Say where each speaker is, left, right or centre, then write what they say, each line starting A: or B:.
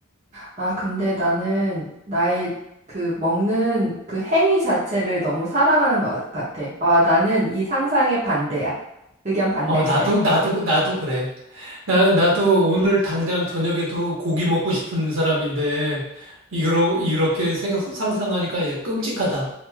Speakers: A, on the right; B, on the right.
A: 아, 근데 나는 나의 그 먹는 그 행위 자체를 너무 사랑하는 것 같아. 아, 나는 이 상상의 반대야. 의견 반댈세.
B: 어, 나도, 나도, 나도 그래. 나, 나도 오늘 당장 저녁에도 고기 먹고 싶은 사람인데, 이러, 이렇게 생각, 상상하니까 얘 끔찍하다.